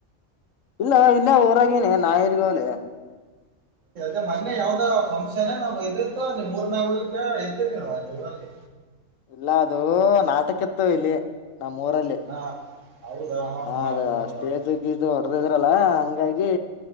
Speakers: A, on the left; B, on the right.
A: ಇಲ್ಲ ಇಲ್ಲ ಊರಾಗನೆೇ ನಾಯರಿಗಾವಾಲ
B: ೆ ಮೊನ್ನೆ ಯಾವ್ದ ಫಂಕ್ಷನ್ ನಮ್ ಇದಂತ ನೀ್ ಮೂರ್ನೇಾಗ ಹೋಗಲಿಕ್ಕೆ ಇದ್ದೇ ನೀವು ಹೆಲ್ಲಿ
A: ಇಲ್ಲ ಅದು ನಾಟಕ ಇತ್ತ ಇಲ್ಲಿ ನಮ್ಮ ಊರಲ್ಲಿ
B: ಹಾ ಹೌದಾ ಹಾ
A: ಹ
B: ಹಾ
A: ಅದ
B: ಹೌದೌದು
A: ಸ್ಟೇಜ್ಗ ಹೊಡ ಇದ್ರಲ್ಲ ಹಂಗಾಗಿ